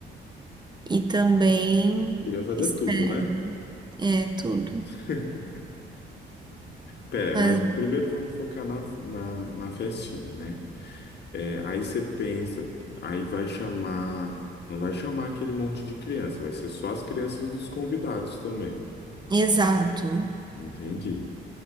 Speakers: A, on the right; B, on the left.
A: e também
B: Queria fazer
A: externo.
B: tudo, né?
A: É tudo.
B: <laughs> Pera,
A: Mas-
B: mas primeiro vamos focar na, na, na festinha, né? É, aí você pensa, aí vai chamar, não vai chamar aquele monte de criança, vai ser só as crianças dos convidados também.
A: exato.
B: Entendi.